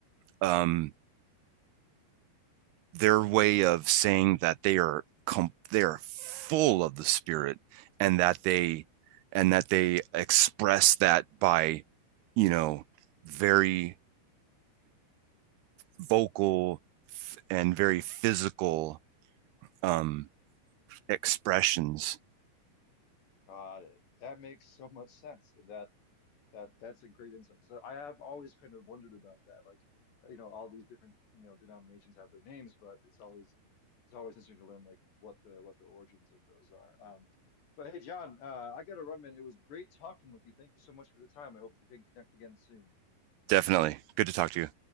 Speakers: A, on the right (about 80°); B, on the left (about 75°).
A: um their way of saying that they are com- they are full of the spirit and that
B: Mm,
A: they and that they express that by you know very vocal and very physical um expressions
B: got it. That makes so much sense. And that that that's a great insight because I have always kind of wondered about that. Like, you know, all these different, you know, denominations have their names, but it's always it's always interesting to learn like what the what the origins of those are. Um, but hey, John, uh, I got to run, man. It was great talking with you. Thank you so much for the time. I hope we can connect again soon.
A: definitely good to talk to you